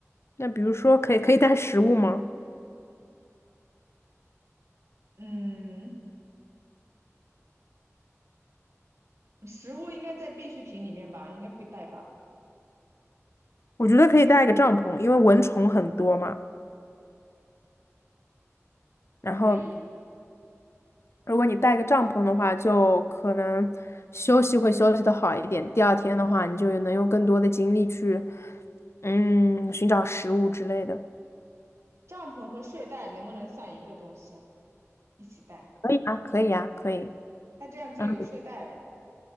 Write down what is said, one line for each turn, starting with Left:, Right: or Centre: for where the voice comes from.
Left: 那比如说可以可以带食物吗？
Right: 嗯，食物应该在必需品里面吧，应该会带吧？
Left: 我觉得可以带一个帐篷，因为蚊虫很多嘛。然后，
Right: 可以，
Left: 如果你带个帐篷的话，就可能休息会休息的好一点。第二天的话，你就能用更多的精力去，嗯，寻找食物之类的。
Right: 帐篷和睡袋能不能算一个东西啊？一起带，
Left: 可以啊，可以啊，可以。
Right: 那这样就有睡袋了，
Left: 然后，